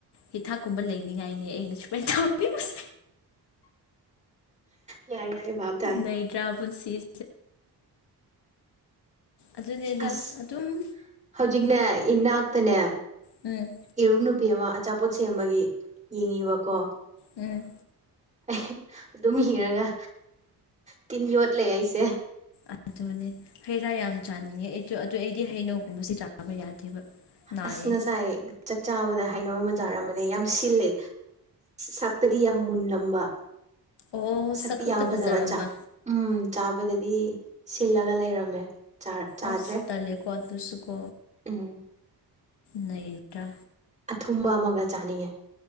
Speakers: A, on the left; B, on the right.
A: ꯍꯤꯊꯥꯛꯀꯨꯝꯕꯥ ꯂꯩꯇꯔꯤꯉꯥꯏꯅꯦ ꯑꯩꯅ ꯁꯨꯃꯥꯏꯅ ꯇꯧꯔꯤꯁꯦ꯫
B: ꯌꯥꯏ ꯌꯥꯏ ꯚꯥꯞ ꯇꯥꯏ
A: ꯅꯩꯗ꯭ꯔꯥ ꯄꯨꯟꯁꯤꯁꯦ ꯑꯗꯨꯅꯦꯗ
B: ꯑꯁ
A: ꯑꯗꯨꯝ
B: ꯍꯧꯖꯤꯛꯅꯦ ꯏꯅꯥꯛꯇꯅꯦ
A: ꯎꯝ
B: ꯏꯔꯨꯞ ꯅꯨꯄꯤ ꯑꯃ ꯑꯆꯥꯄꯣꯠ ꯁꯦꯝꯕꯒꯤ ꯌꯦꯡꯉꯤꯕꯀꯣ
A: ꯎꯝ
B: ꯑꯩ ꯑꯗꯨꯝ ꯍꯤꯔꯒ ꯇꯤꯟ ꯌꯣꯠꯂꯦ ꯑꯩꯁꯦ
A: ꯑꯗꯨꯅꯦ ꯍꯩ ꯔꯥ ꯌꯥꯝ ꯆꯥꯅꯤꯡꯉꯦ ꯑꯩꯁꯨ ꯑꯗꯨ ꯑꯩꯗꯤ ꯍꯩꯅꯧꯒꯨꯝꯕꯁꯦ ꯆꯥꯕ ꯌꯥꯗꯦꯕ ꯅꯥꯏꯌꯦ
B: ꯑꯁ ꯉꯁꯥꯏ ꯆꯥꯛ ꯆꯥꯕꯗ ꯍꯩꯅꯥꯎ ꯑꯃ ꯆꯥꯔꯝꯕꯅꯦ ꯌꯥꯝ ꯁꯤꯜꯂꯦ ꯁꯥꯛꯇꯗꯤ ꯌꯥꯝ ꯃꯨꯟꯅꯅꯝꯕ
A: ꯑꯣ
B: ꯁꯛꯇꯤ
A: ꯁꯛꯈꯛꯇ
B: ꯌꯥꯝ ꯐꯖꯕ
A: ꯐꯖꯔꯝꯕ
B: ꯆꯥꯛ ꯎꯝ ꯆꯥꯕꯗꯗꯤ ꯁꯤꯜꯂꯒ ꯂꯩꯔꯝꯃꯦ ꯆꯥꯗ꯭ꯔꯦ
A: ꯑꯁ ꯇꯥꯜꯂꯦꯀꯣ ꯑꯗꯨꯁꯨꯀꯣ
B: ꯎꯝ
A: ꯅꯩꯗꯔꯥ
B: ꯑꯊꯨꯝꯕ ꯑꯃꯒ ꯆꯥꯅꯤꯡꯉꯦ